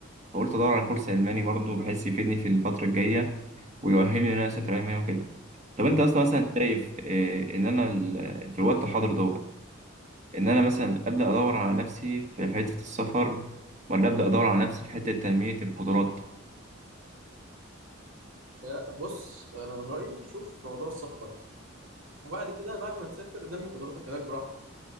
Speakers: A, on the right; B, on the right.
A: فقلت ادور على كورس الماني برضه بحيث يفيدني في الفتره الجايه ويؤهلني ان انا اسافر المانيا وكده طب انت اصلا
B: مم.
A: مثلا شايف إيه ان انا ال- في الوقت الحاضر دوت ان انا مثلا ابدا ادور على نفسي في حته السفر ولا ابدا ادور على نفسي في حته تنميه القدرات
B: لا، بص انا من رايي شوف موضوع السفر وبعد كده بعد ما تسافر نمي قدراتك هناك براحتك